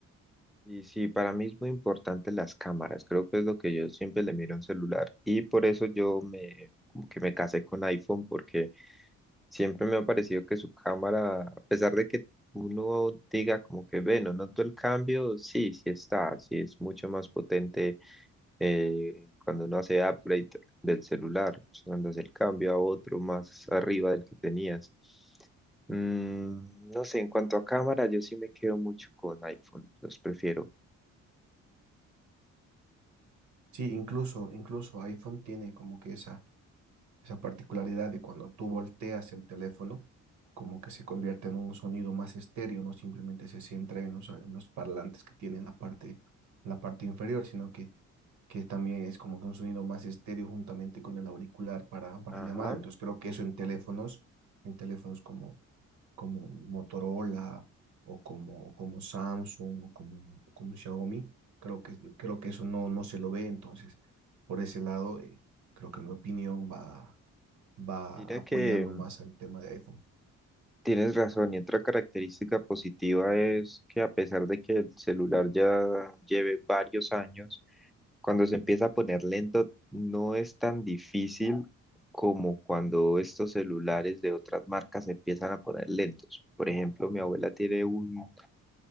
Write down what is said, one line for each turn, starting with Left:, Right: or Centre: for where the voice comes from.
Centre: Y sí, para mí es muy importante las cámaras, creo que es lo que yo siempre le miro a un celular y por eso yo me, como que me casé con iPhone porque siempre me ha parecido que su cámara, a pesar de que uno diga como que, bueno, noto el cambio, sí, sí está, sí es mucho más potente eh, cuando uno hace upgrade del celular, cuando hace el cambio a otro más arriba del que tenías. Mm, no sé, en cuanto a cámara, yo sí me quedo mucho con iPhone, los prefiero.
Right: Sí, incluso, incluso iPhone tiene como que esa, esa particularidad de cuando tú volteas el teléfono, como que se convierte en un sonido más estéreo, no simplemente se centra en los, en los parlantes que tiene en la parte, en la parte inferior, sino que que también es como que un sonido más estéreo juntamente con el auricular para, para
Centre: Ajá,
Right: llamar. Entonces creo que eso en teléfonos, en teléfonos como, como Motorola o como, o como Samsung o como, como Xiaomi, creo que, creo que eso no, no se lo ve. Entonces, por ese lado, eh, creo que mi opinión va, va
Centre: mira
Right: apoyando
Centre: que mm,
Right: más al tema de iPhone.
Centre: tienes razón. Y otra característica positiva es que a pesar de que el celular ya lleve varios años, Cuando se empieza a poner lento, no es tan difícil como cuando estos celulares de otras marcas se empiezan a poner lentos. Por ejemplo, mi abuela tiene un,